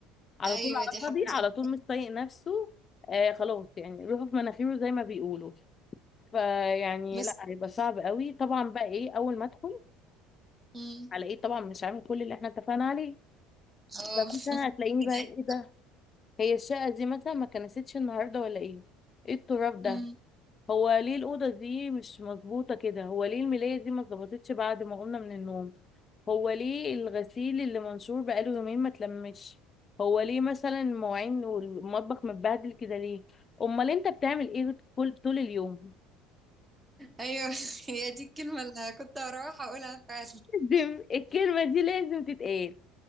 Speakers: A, on the left; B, on the right.
A: على
B: ايوه
A: طول على
B: دي حاجه
A: فاضي على طول مش طايق نفسه آه خلاص يعني روحه في مناخيره زي ما بيقولوا فيعني
B: بس
A: لا هيبقى صعب قوي طبعا بقى ايه اول ما ادخل
B: مم.
A: على ايه طبعا مش عامل كل اللي احنا اتفقنا عليه
B: اه
A: فمثلا هتلاقيني
B: كان-
A: بقى
B: عادي.
A: ايه ده هي الشقه دي مثلا ما كنستش النهارده ولا ايه ايه التراب ده
B: مم.
A: هو ليه الأوضة دي مش مظبوطة كده هو ليه الملاية دي ما اتظبطتش بعد ما قمنا من النوم هو ليه الغسيل اللي منشور بقاله يومين ما اتلمش هو ليه مثلا المواعين والمطبخ متبهدل كده ليه امال انت بتعمل ايه كل طول اليوم
B: ايوه <laughs> هي دي الكلمه اللي كنت هروح اقولها فعلا
A: لازم <laughs> الكلمة دي لازم تتقال